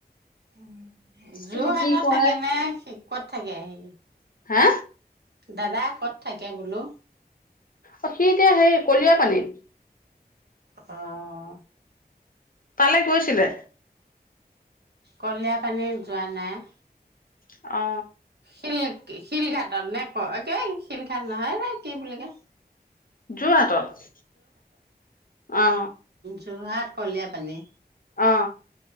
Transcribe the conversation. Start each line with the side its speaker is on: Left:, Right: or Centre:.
Right: উম যোৰহাটত
Left: এতিয়া কি কৰে
Right: থাকে নে সি কত থাকে সি
Left: হে
Right: দাদা ক'ত থাকে বোলো?
Left: অ সি এতিয়া সেই কলিয়া পানীত।
Right: অহ।
Left: তালে গৈছিলে?
Right: কলিয়া পানীৰ যোৱা নাই।
Left: অ
Right: শিল শিলঘাটত নে কেই শিলঘাট নহয় ন কি বুলি কয়
Left: তোৰ হাতত অ
Right: যোৰহাত কলিয়াপানী।
Left: অ